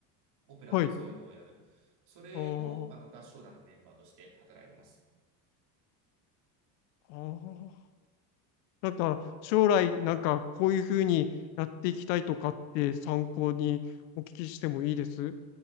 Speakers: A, on the right (about 55°); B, on the left (about 75°).
A: オペラとかそういうのをやる。
B: はい。
A: それの、
B: あー
A: あの、合唱団のメンバーとして働いてます。
B: あー、なんか、将来、なんか、こういうふうにやっていきたいとかって参考にお聞きしてもいいです